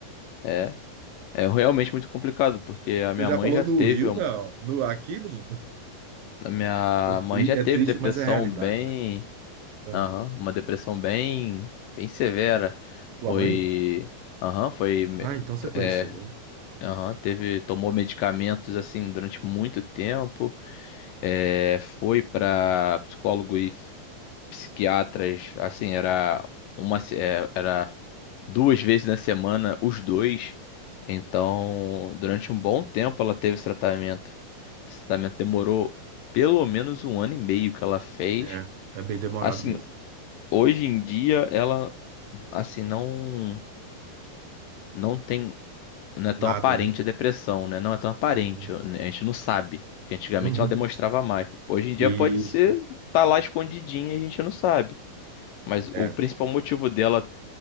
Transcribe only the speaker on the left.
É, É realmente muito complicado, porque
a minha
mãe
já
teve,
um-
a minha
mãe
já
teve
depressão
bem,
aham,
uma depressão bem, bem severa.
Foi,
aham, foi, me-
t-
é, aham, teve, tomou medicamentos assim durante muito tempo. É, foi para psicólogo e psiquiatras, assim, era uma, se- é, era duas vezes na semana, os dois. Então, durante um bom tempo ela teve esse tratamento. Esse tratamento demorou pelo menos um ano e meio que ela fez.
Assim,
hoje em dia ela, assim, não, não tem, não é tão
aparente
a depressão, né? Não é tão aparente,
né? a gente não sabe. Porque antigamente
ela demonstrava mais. Hoje em dia
pode ser, tá lá escondidinha, e a gente não sabe. Mas
o principal motivo dela